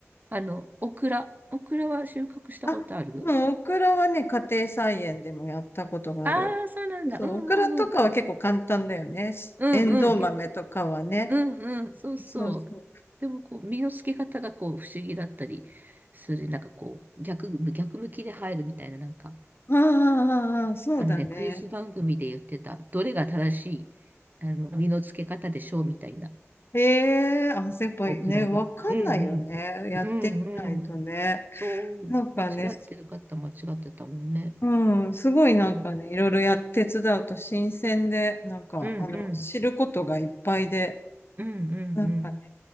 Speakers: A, on the right; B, on the left.
A: あの、オクラ。オクラは収穫したことある
B: あ、でもオクラはね、家庭菜園でもやったことがある。
A: ああー、そうなんだ。
B: そう、
A: うんうんうん。
B: オクラとかは結構簡単だよね。
A: うんうん。
B: エンドウ豆とかはね。
A: け、うんうん。そうそう。
B: そうそう。
A: でも、こう、身の付け方がこう、不思議だったりする。なんかこう、逆、逆向きで入るみたいな、なんか。
B: ああああああそうだね。
A: あのね、クイズ番組で言ってた、どれが正しい、あの、身の付け方でしょうみたいな、
B: ええあ、やっぱりね、
A: オクラが。
B: わかんないよね。
A: うんうん。
B: やってみないとね。
A: うんうん。そう、
B: なんかね、
A: 間違ってる方間違ってたもんね。
B: うん、すごいなんかね、
A: うん、
B: いろいろやって手伝うと新鮮で、なんか、
A: うんうん
B: あの、知ることがいっぱいで、
A: うんうんうん
B: なんかね